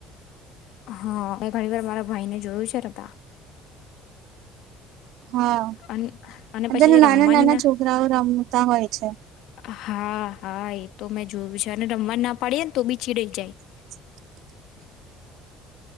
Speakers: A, on the left; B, on the right.
A: હા મે ઘણી વાર મારા ભાઈ ને જોયું છે રમતા.
B: હા,
A: અને અને
B: અતના
A: પછી જે
B: નાના
A: રમવાની
B: નાના છોકરાઓ રમતા હોય છે.
A: ના હા હા એ તો મેં જોયું છે અને રમવા ના પાડીએ ને તો બીછીડાઈ જાય.
B: <inaudible>
A: <inaudible>